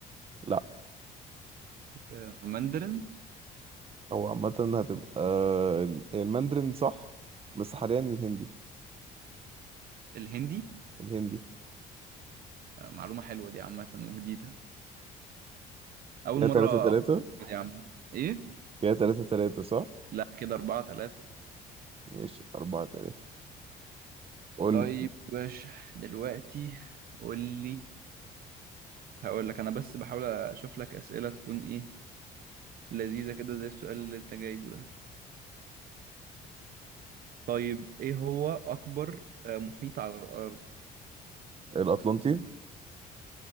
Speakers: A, on the right; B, on the right.
A: لا
B: آه ماندرين
A: هو عامة هتبقى الماندرين صح بس حاليا الهندي
B: الهندي
A: الهندي
B: آه معلومة حلوة دي عامة وجديدة أول
A: كده
B: مرة
A: تلاتة
B: أعرف
A: تلاتة
B: دي عامة إيه؟
A: كده تلاتة تلاتة صح؟
B: لا كده أربعة تلاتة
A: ماشي أربعة تلاتة قول
B: طيب
A: لي
B: يا باشا دلوقتي قول لي هقول لك أنا بس بحاول أشوف لك أسئلة تكون إيه لذيذة كده زي السؤال اللي أنت جايبه ده طيب إيه هو أكبر آه محيط على الأرض؟
A: الأطلنطي